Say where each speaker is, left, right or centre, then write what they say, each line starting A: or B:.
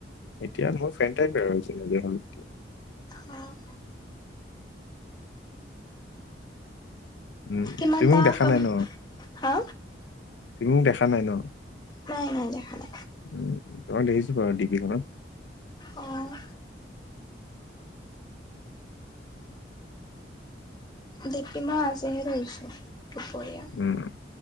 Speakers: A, on the left; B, on the left.
A: এতিয়া মোৰ ফ্ৰেণ্ড টাইপেই আৰু অচিনাকি হ'লেও
B: অ'।
A: উম
B: কিমানটা
A: তুমি মোক দেখা
B: কম
A: নাই ন
B: হা?
A: তুমি মোক দেখা নাই ন?
B: নাই, নাই। দেখা নাই।
A: উম, তোমাক দেখিছোঁ বাৰু ডিপিখনত।
B: অ' ডিপি মই আজি হে দিছোঁ, দুপৰীয়া
A: উম।